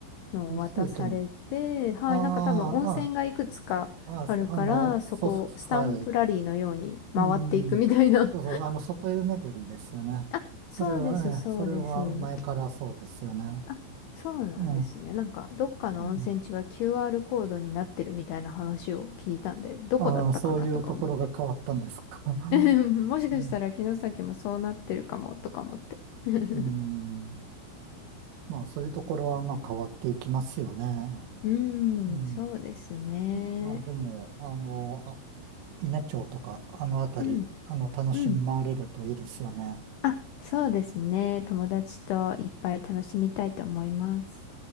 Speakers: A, on the left; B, on the right.
A: のを渡されて、
B: 理数圏。
A: はい、
B: あ
A: なんか多分温泉がいくつかあるから、
B: あ、ああ、あそあの、
A: そこ、
B: そうそう、
A: スタンプラリーのように回っていくみたいな。
B: はい。うん。そうそう、あの、外湯巡りですよね。
A: <laughs> あ、
B: それは、
A: そうです、そうです。
B: ええ、それは前からそうですよね。
A: あ、そうなんですね。
B: ええ、
A: なんか、どっかの温泉地は
B: うん。
A: QR コードになってるみたいな話を聞いたんで、どこだったかなとか思って。
B: ああ、そういうところが変わったんですか。<laughs>
A: <laughs> もしかしたら城崎もそうなってるかもとか思って。
B: うん。
A: <laughs>
B: うんまあ、そういうところは、まあ、変わっていきますよね。
A: うーん、
B: うん。
A: そうですね。
B: まあ、でも、あの、稲町とか、あのあたり、
A: うん、
B: あの、楽しまれるといいですよね。
A: うん。あ、そうですね。友達といっぱい楽しみたいと思います。